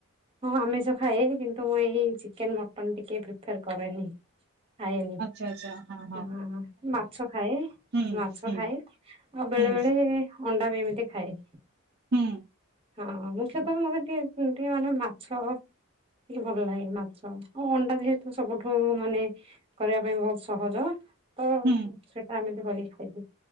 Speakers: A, on the right (about 25°); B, on the right (about 45°).
A: ହଁ ଆମିଷ ଖାଏ କିନ୍ତୁ ମୁଁ ଏଇ ଚିକେନ୍ ମଟନ୍ ଟିକେ ପ୍ରିଫର୍ କରେନି। ଖାଏନି
B: ଆଚ୍ଛା ଆଚ୍ଛା ହଁ ହଁ।
A: ଆଁ ମୁଁ ମାଛ ଖାଏ
B: ହୁଁ
A: ମାଛ
B: ହୁଁ
A: ଖାଏ। ଆଉ ବେଳେ
B: ହୁଁ
A: ବେଳେ ଅଣ୍ଡା ବି ଏମିତି ଖାଏ।
B: ହୁଁ।
A: ହଁ ମୁଖ୍ୟତଃ ମତେ ଟିକେ ଉଁ ଟିକେ ମାନେ ମାଛ ଟିକେ ଭଲ ଲାଗେ ମାଛ ଆଉ ଅଣ୍ଡା ଯେହେତୁ ସବୁଠୁ ମାନେ କରିବା ପାଇଁ ବହୁତ ସହଜ। ତ
B: ହୁଁ
A: ସେଟା ଏମିତି କରିକି ଖାଇଚୁ